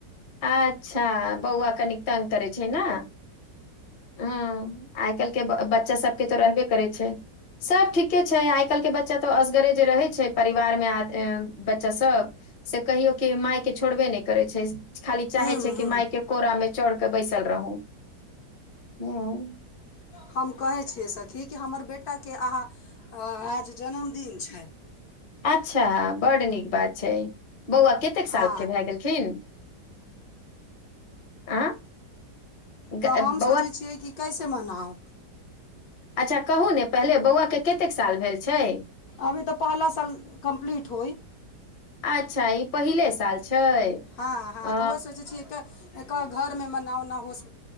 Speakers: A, on the left; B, on the left.
A: अच्छऽ बौआ कनिक तंग करै छै नऽ हँ आइ काइल केँ बच्चा सब केँ तऽ रहबे करै छै सभ ठीके छै आइ काइल केँ बच्चा तो असगरे जे रहै छै परिवारमे आ बच्चा सभ से कहियो कि माय केँ छोड़बे नय करै छै खाली चाहे
B: हूँ
A: छै
B: हूँ
A: कि मायके कोरा मे चढ़ केँ बैसल रहू हुँ
B: हम कहै छियै सखी कि हमर बेटा केँ अहाँ आज जन्मदिन छै
A: अच्छा बड नीक बात छै बौआ कतेक
B: हँ
A: साल केँ भए गेलखिन आ ग-
B: तऽ हम
A: बौआ
B: सोचै छियै कि कैसे मनाउ
A: अच्छा कहू ने पहिले बौआ केँ कतेक साल भेल छै
B: अभी तऽ पहला साल कम्प्लीट होइ
A: अच्छा ई पहिले साल छैय
B: हँ हँ
A: अ
B: तऽ ओहे सोचै छियै एक एक घरमे मनाउ ने होस